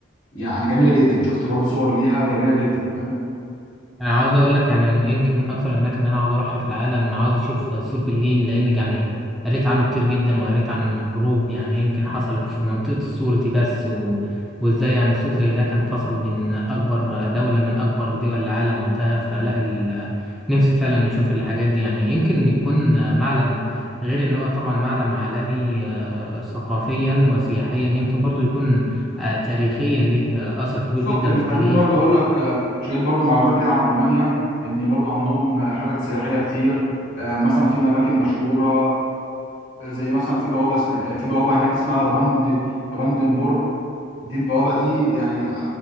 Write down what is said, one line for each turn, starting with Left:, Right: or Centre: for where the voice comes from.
Left: يعني جميله جدا شفت برضه صور ليها جميله جدا فاهم
Centre: انا عاوز اقول لك يعني يمكن من اكثر الاماكن اللي انا عاوز اروحها في العالم عاوز اشوف سور برلين لان يعني قريت عنه كتير جدا وقريت عن حروب يعني يمكن حصلت في منطقة السور دي بس و... وازاي يعني السور زي ده كان فصل بين اكبر دولة من اكبر دول العالم وقتها فلا ال... نفسي فعلا نشوف الحاجات دي يعني يمكن يكون معلم غير ان هو طبعا معلم عالمي آه، ثقافيا وسياحيا يمكن برضو يكون آه، تاريخيا ليه آه، اثر كبير
Left: بالظبط
Centre: جدا
Left: يعني
Centre: في
Left: خليني
Centre: التاريخ
Left: برضه اقول لك آه، شويه برضه معلومات كده عن المانيا ان برضه عندهم آه، حتت سياحيه كتير آه، مثلا في اماكن مشهوره آه، زي مثلا في بوابه اسم- آه، في بوابه هناك اسمها براند براندنبورغ دي البوابه دي يعني